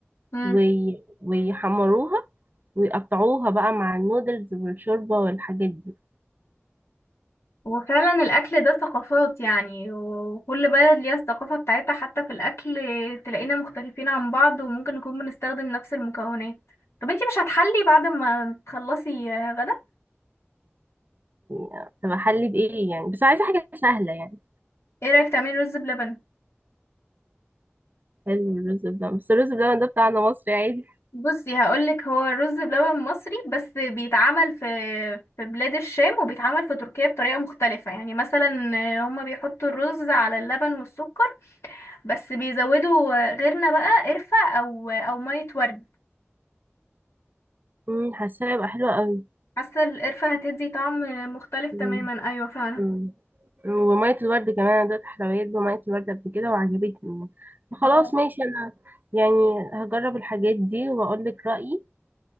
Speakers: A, on the left; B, on the right.
A: امم
B: وي... ويحمروها ويقطعوها بقى مع النودلز والشوربه والحاجات دي
A: وفعلا الاكل ده ثقافات يعني وكل بلد ليها الثقافة بتاعتها حتى في الاكل تلاقينا مختلفين عن بعض وممكن نكون بنستخدم نفس المكونات طب انتي مش هتحلي بعد ما تخلصي آه، غدا
B: يعني تبقى حلي بايه يعني بس عايزه حاجه سهله يعني
A: ايه رأيك تعملي رز بلبن
B: حلو الرز بلبن بس الرز بلبن ده بتاعنا مصري عادي
A: بصي هقولك هو رز بلبن مصري بس بيتعمل في في بلاد الشام وبيتعمل في تركيا بطريقة مختلفة يعني مثلا آه، هما بيحطوا الرز على اللبن والسكر بس بيزودوا غيرنا بقى قرفة او او مية ورد
B: مم، حاساها هيبقى حلوة قوي
A: حاسة القرفة هتدي طعم مختلف
B: مم،
A: تماما ايوه فعلا
B: مم. ومية الورد كمان أنا دوت حلويات بمية الورد قبل كده وعجبتني خلاص
A: اه
B: ماشي أنا يعني هجرب الحاجات دي وأقول لك رأيي